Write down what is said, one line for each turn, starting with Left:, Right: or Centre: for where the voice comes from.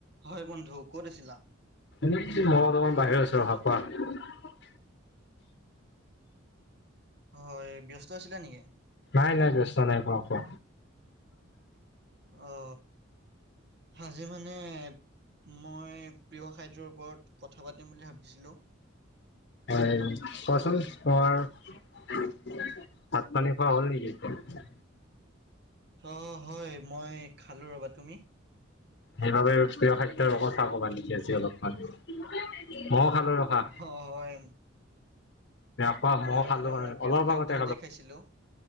Right: হয় বন্ধু। ক'ত আছিলা?
Left: মই অলপমান বাহিৰত আছো <unintelligible>
Right: হয় ব্যস্ত আছিলা নেকি?
Left: নাই নাই ব্যস্ত নাই পোৱা, কোৱা।
Right: অ আজি মানে মই প্ৰিয় খাদ্যৰ ওপৰত কথা পাতিম বুলি ভাবিছিলোঁ।
Left: হয় কোৱাচোন, তোমাৰ ভাত পানী খোৱা হ'ল নেকি?
Right: অ হয় মই খালো ৰ'বা। তুমি?
Left: সেইবাবে প্ৰিয় খাদ্যৰ কথা কবা নেকি আজি অলপমান। খালো ৰখা
Right: অ হয়।
Left: <unintelligible>
Right: হয় মানে মই প্ৰিয়
Left: অলপ
Right: খাদ্য
Left: আগতে
Right: এতিয়া খাইছিলোঁ।